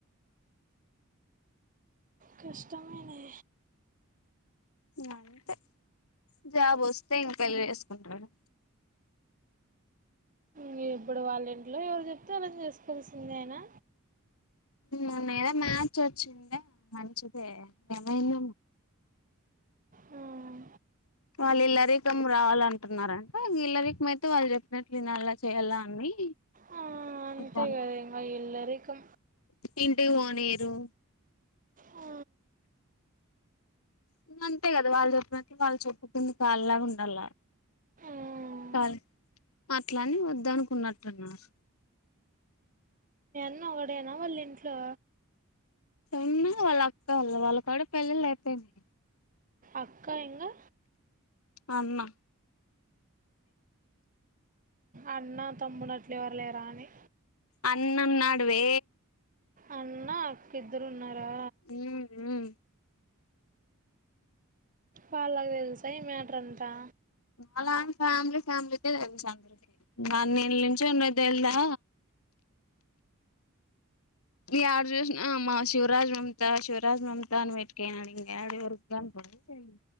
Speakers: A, on the right (about 40°); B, on the left (about 85°).
A: కష్టమేనే
B: ఇంకా అంతే జాబ్ వస్తే ఇంక పెళ్ళి చేసుకుంటాడు
A: మీ ఇప్పుడు వాళ్ళ ఇంట్లో ఎవరు చెప్తే ఆళ్లని చేసుకోవాల్సిందేనా
B: మొన్న ఏ మ్యాచ్ వచ్చిండే మంచిది ఏమైంద
A: మ్మ్.
B: వాళ్ళు ఇల్లరీకం రావాలంటున్నారంట ఇల్లరీకం అయితే వాళ్ళు చెప్పినట్లు వినళ్ళ చేయ్యాలా అని
A: ఆ, అంతే
B: అ
A: కదా ఇంకా ఇల్లరికం
B: ఇంటి పోనీయరు
A: ఆ
B: ఇంకా అంతే కదా వాళ్ళ చెప్పిన వాళ్ళు చెప్పు కింద కాాలలాగా ఉండాలి
A: మ్మ్.
B: కా అట్లని వద్ద అనుకున్నట్టున్నారు
A: నే అక్కడైనా వాళ్ళ ఇంట్లో
B: చిన్న వాళ్ళ అక్కళ్ళ వాళ్ళ కాడ పెళ్ళిళ్ళు అయిపోయినాయి
A: అక్క ఇంకా
B: అన్నా
A: అన్న తమ్ముడు అట్ల ఎవరు లేరా అని
B: అన్నంనాడువే
A: అన్న అక్క ఇద్దరు ఉన్నారా
B: ఊ ఊ
A: వాళ్ళకు తెలుసా ఈ మ్యాటర్ అంతా
B: అలాంటి ఫ్యామిలీ ఫ్యామిలీకే తెలుసు అండీ అన్ నేన్ నిలుచున్న తెలీదా ఇగ యాడ జూష్ణ మా శివరాజ్ మమతా శివరాజ్ మమతా వెయిట్కియనాడి యాడవరుకు కనపడడు ఇంతేండి